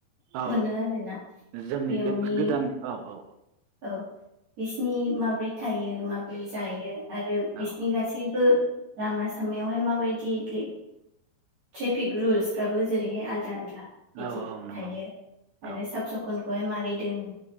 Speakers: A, on the right; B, on the right.
A: औ
B: मोनो आरोना
A: जोंनि
B: बेयावनि
A: गोदान औ औ
B: औ बिसिनि माब्रै थायो माब ब्रै जायो आरो
A: औ
B: बिसोरनि गासैबो लामा सामायावहाय माबायद देलै ट्रेफिक रुल्सफ्राबो जैरैहाय आलदा बिदि
A: औ औ नंगौ
B: थायो
A: औ
B: आरो साफ सखन खौहाय मारै दोनगोन